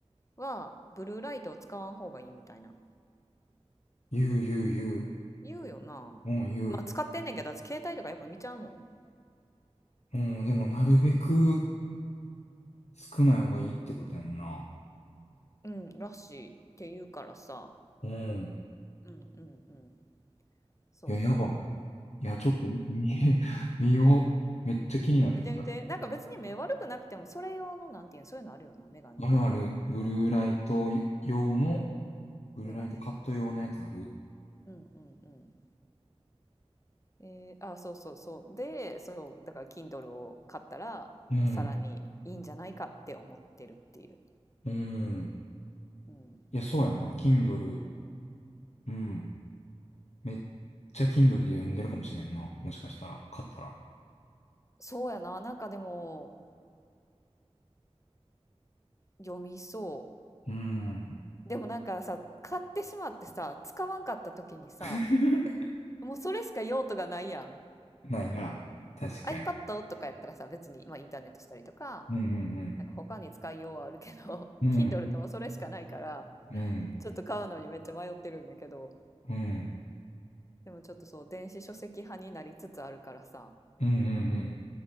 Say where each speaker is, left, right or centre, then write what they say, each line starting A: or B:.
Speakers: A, on the left (about 30°); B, on the left (about 85°).
A: はブルーライトを使わん方がいいみたいな。
B: 言う言う言う。
A: 言うよな。
B: うん、言う。
A: まあ使ってんねんけど、私携帯とかやっぱ見ちゃうもん。
B: うん、でもなるべく少ない方がいいってことやんな。
A: うん、らしいって言うからさ。
B: うん。
A: うんうんうん。そうそう。
B: いや、やばい。いや、ちょっと見、<laughs> 見よう。めっちゃ気になってきた。
A: うん、見て見て。なんか別に目悪くなくても、それ用の、なんていうの、そういうのあるよな、メガネ、
B: あるある、
A: なん、なん、
B: ブルーライト用の、
A: な、
B: ブルーライトカット用のやつある。
A: メガネみたいな。うんうんうん。えー、あ、そうそうそう。で、そう、だから Kindle を買ったら、
B: うん、
A: さらにいいんじゃないかって思ってるっていう。
B: うん。
A: うん。
B: いや、そうやんな。Kindle。
A: うん、
B: うん。めっちゃ Kindle で読んでるかもしれんな。もしかしたら、買ったら。
A: そうやな、なんかでも、読みそ
B: うん。
A: う。でもなんかさ、買ってしまってさ、使わんかった時にさ、
B: <laughs>
A: もうそれしか用途がないやん。
B: ないな。確かに。
A: iPad とかやったらさ、別に、まあ、インターネットしたりとか、
B: うんうんうん。
A: なんか他に使いようはあるけど
B: うん。
A: <laughs> Kindle ってもうそれしかないから
B: うん。
A: ちょっと買うのにめっちゃ迷ってるんやけど
B: うん。
A: でもちょっとそう電子書籍派になりつつあるからさ
B: うんうんうん。